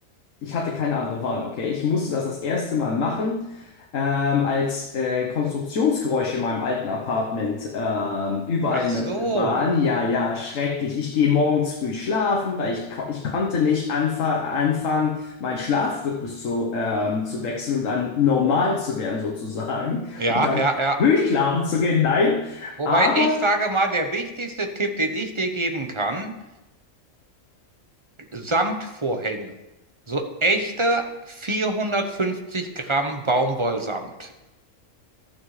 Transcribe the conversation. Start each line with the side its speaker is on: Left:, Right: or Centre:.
Left: ich hatte keine andere Wahl, okay? Ich musste das das erste Mal machen, ähm, als äh, Konstruktionsgeräusche in meinem alten Apartment ähm, überall
Right: Ach so.
Left: ne, waren. Ja, ja, schrecklich. Ich gehe morgens früh schlafen, weil ich, ko ich konnte nicht anfa anfangen, meinen Schlafrhythmus zu, ähm, zu wechseln und dann normal zu werden, sozusagen.
Right: Ja,
Left: Und dann
Right: ja, ja.
Left: früh schlafen zu gehen. Nein,
Right: Wobei
Left: aber
Right: ich sage mal, der wichtigste Tipp, den ich dir geben kann, Samtvorhänge. So echte 450 Gramm Baumwollsamt.